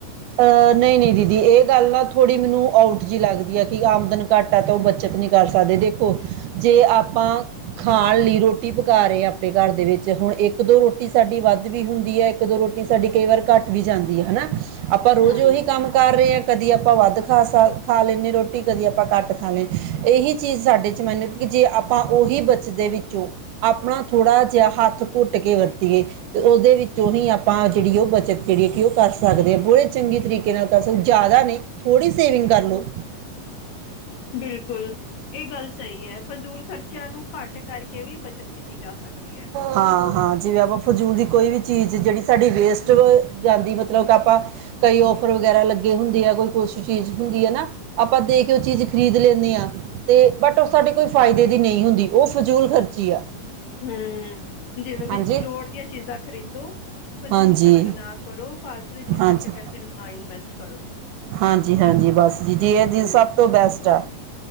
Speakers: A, on the right; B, on the left.
A: ਅ ਨਈ-ਨਈ ਦੀਦੀ ਏ ਗੱਲ ਨਾ ਥੋੜ੍ਹੀ ਮੈਨੂੰ ਆਊਟ ਜੀ ਲੱਗਦੀ ਆ ਕਿ ਆਮਦਨ ਘੱਟ ਤਾਂ ਓ ਬੱਚਤ ਨੀ ਕਰ ਸਕਦੇ ਦੇਖੋ, ਜੇ ਆਪਾਂ ਖਾਣ ਲਈ ਰੋਟੀ ਪਕਾ ਰਹੇ ਆਂ, ਆਪਣੇ ਘਰ ਦੇ ਵਿੱਚ ਹੁਣ ਇੱਕ ਦੋ ਰੋਟੀ ਸਾਡੀ ਵੱਧ ਵੀ ਹੁੰਦੀ ਹੈ, ਇੱਕ ਦੋ ਰੋਟੀ ਸਾਡੀ ਕਈ ਵਾਰ ਘੱਟ ਵੀ ਜਾਂਦੀ ਆ ਹਨਾ, ਆਪਾਂ ਰੋਜ਼
B: ਹੂੰ,
A: ਉਹੀ ਕੰਮ ਕਰ ਰਹੇ ਹਾਂ ਕਦੀ ਆਪਾਂ ਵੱਧ ਖਾ ਲੈਂਣੇ ਆ ਰੋਟੀ ਕਦੀ ਆਪਾਂ ਘੱਟ ਖਾ ਲੈਂਦੇ, ਏਹੀ ਚੀਜ਼ ਸਾਡੇ 'ਚ ਮੈਨੂੰ ਕਿ ਜੇ ਆਪਾਂ ਓਹੀ ਬਚਦੇ ਵਿੱਚੋਂ ਆਪਣਾ ਥੋੜ੍ਹਾ ਜਿਹਾ, ਹੱਥ ਘੁੱਟ ਕੇ ਵਰਤੀਏ ਤੇ ਓਦੇ ਵਿੱਚੋਂ ਹੀ ਆਪਾਂ, ਜੇੜੀ ਓ ਬੱਚਤ ਜੇਹੜੀ ਹੈ ਕਿ ਓਕਰ ਸਕਦੇ ਹਾਂ। ਬੜੇ ਚੰਗੀ ਤਰੀਕੇ ਨਾਲ ਕਰ ਸਕੋ, ਜ਼ਿਆਦਾ ਨਈ ਥੋੜ੍ਹੀ ਸੇਵਿੰਗ ਕਰ ਲੋ।
B: ਬਿਲਕੁਲ। ਏ ਗੱਲ ਸਈ ਹੈ, ਫਜ਼ੂਲ ਖ਼ਰਚਿਆਂ ਨੂੰ ਘੱਟ ਕਰਕੇ ਵੀ ਬੱਚਤ ਕੀਤੀ ਜਾ ਸਕਦੀ ਹੈ।
A: ਹਾਂ-ਹਾਂ, ਜਿਵੇਂ ਆਪਾਂ ਫਜ਼ੂਲ ਦੀ ਕੋਈ ਵੀ ਚੀਜ਼ ਜੇੜੀ ਸਾਡੀ ਵੇਸਟ ਜਾਂਦੀ, ਮਤਲਬ ਕਿ ਆਪਾਂ ਕਈ ਔਫਰ ਵਗੈਰਾ ਲੱਗੇ ਹੁੰਦੇ ਆ, ਕੋਈ ਕੁਛ ਚੀਜ਼ ਹੁੰਦੀ ਹੈ ਨਾ। ਆਪਾਂ ਦੇ ਕੇ ਓ ਚੀਜ਼ ਖਰੀਦ ਲੈਂਣੇ ਹਾਂ। ਤੇ ਬਟ ਓਸਾਡੇ ਕੋਈ ਫਾਇਦੇ ਦੀ ਨਈ ਹੁੰਦੀ, ਓ ਫਜ਼ੂਲ ਖ਼ਰਚੀ ਆ।
B: ਹੂੰ, ਜਿਵੇਂ ਕਿ
A: ਹਾਂਜੀ
B: ਲੋੜ ਦੀਆਂ ਚੀਜ਼ਾਂ ਖਰੀਦੋ, ਫਜ਼ੂਲ
A: ਹਾਂਜੀ
B: ਖਰਚੀ ਨਾ ਕਰੋ ਪ ਚੀਜ਼ਾਂ
A: ਹਾਂਜੀ
B: ਤੇ ਪੈਸੇ ਨਾ ਇਨਵੈਸਟ ਕਰੋ,
A: ਹਾਂਜੀ ਹਾਂਜੀ
B: ਬਿਲਕੁਲ
A: ਬਸ ਜੀ ਜੀ ਇਹ ਜੀ ਸਭ ਬੈਸਟ ਆ।